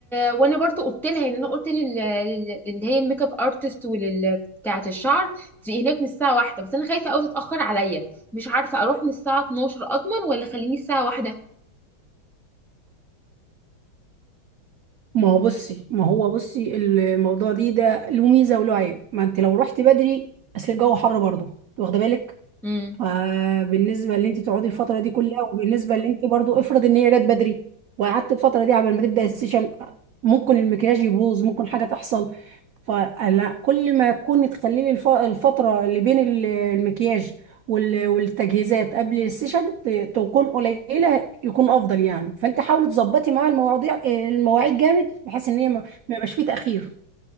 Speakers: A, in the centre; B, on the right (about 75°).
A: وانا برضو قلت لها يعني انا قلت لل... لل- اللي هي الميك اب ارتست ولل بتاعه الشعر تبقي هناك من الساعه واحدة بس انا خايفه قوي تتاخر عليا مش عارفه اروح من الساعه 12 اضمن ولا خليني الساعه واحدة
B: ما هو بصي ما هو بصي الموضوع دي ده له ميزه وله عيب ما انت لو رحتي بدري اصل الجو حر برضه واخده بالك
A: امم
B: فبالنسبه اللي انت تقعدي الفتره دي كلها وبالنسبه اللي انت برضو افرض ان هي جت بدري وقعدت الفتره دي قبل ما تبدا السيشن ممكن المكياج يبوظ ممكن حاجه تحصل فلا كل ما تكوني تخليلي الف- الفتره اللي بين ال- المكياج وال- والتجهيزات قبل السيشن ت- تكون قليله يكون افضل يعني فانت حاولي تظبطي مع المواضيع المواعيد جامد بحيث ان هي ما ما يبقاش فيه تاخير